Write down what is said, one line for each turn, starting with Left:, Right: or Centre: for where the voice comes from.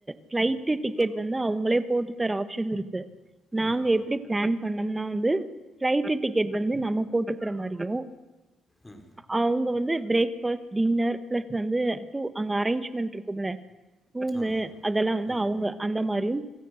Right: ஃபிளைட்டு டிக்கெட் வந்து அவுங்களே போட்டு தர ஆப்ஷன் இருக்கு நாங்க
Left: ம்
Right: எ ப்டி பிளான் பண்ணம்னா வந்து ஃப்ளைட்டு டிக்கெட் வந்து நம்ம போட்டுக்கற மாரியு
Left: ம்
Right: அவங்க வந்து பிரேக் ஃபாஸ்ட் டின்னர் பிளஸ் வந்து டூ அங்க அரேஞ்ச் ப மன்ட் இருக்கும்ல ரூமு
Left: ஆமா
Right: அதெல்லா வந்து
Left: ம்
Right: அவங்க அந்த மாரியும்